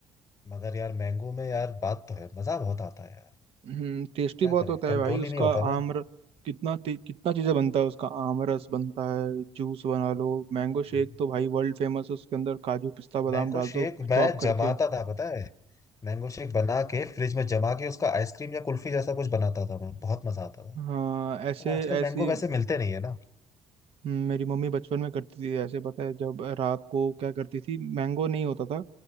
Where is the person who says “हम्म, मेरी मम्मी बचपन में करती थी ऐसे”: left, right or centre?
Right